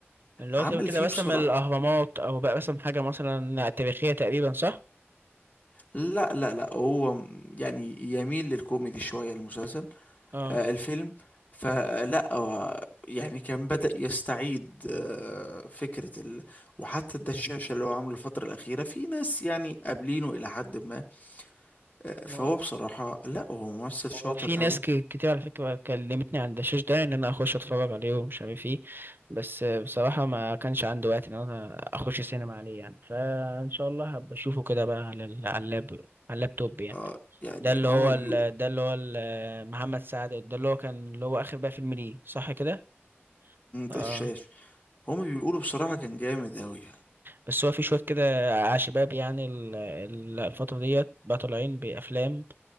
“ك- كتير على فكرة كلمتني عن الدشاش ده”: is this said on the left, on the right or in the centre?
Right